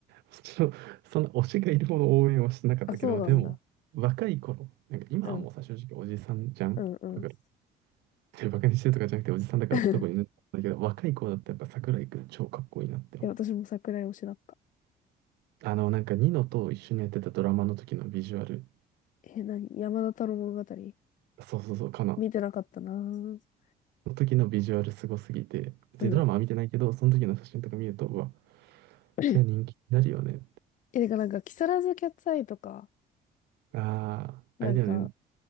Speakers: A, on the right; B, on the left.
A: ちょっと、そんな推しがいるほど応援はしてなかったけど、
B: あ、そうなんだ。
A: でも、若い頃、なんか今はもうさ、
B: うん、
A: 正直おじさんじゃん。
B: うん、
A: わかる。
B: うん。
A: でバカにしてるとかじゃなくておじさんだからどこにねだけど、
B: <laughs>
A: 若い子だってやっぱ桜井くん超かっこいいなって思う。
B: え、私も桜井推しだった。
A: あの、なんかニノと一緒にやってたドラマの時のビジュアル、
B: え、何山田太郎物語
A: そうそうそう、かな。
B: 見てなかったなぁ。
A: の時のビジュアルすごすぎて、別にドラマは見てないけど、
B: うん。
A: その時の写真とか見ると、うわ、
B: <clears throat>
A: それは人気になるよねって。
B: え、てかなんか、木更津キャッツアイとか、
A: ああ、
B: なんか、
A: あれだよね。